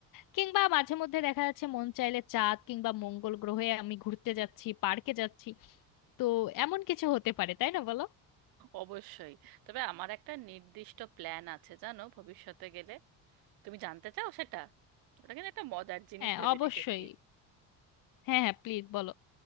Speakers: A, on the left (about 65°); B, on the right (about 80°).
A: কিংবা মাঝে মধ্যে দেখা যাচ্ছে মন চাইলে চাঁদ কিংবা মঙ্গল গ্রহে আমি ঘুরতে যাচ্ছি পার্কে যাচ্ছি তো এমন কিছু হতে পারে তাই না বলো
B: অবশ্যই তবে আমার একটা নির্দিষ্ট প্ল্যান আছে জানো ভবিষ্যতে গেলে তুমি জানতে চাও সেটা ওটা কিন্তু একটা মজার জিনিস
A: হ্যাঁ
B: ভেবে
A: অবশ্যই
B: রেখেছি
A: হ্যাঁ হ্যাঁ প্লিজ বলো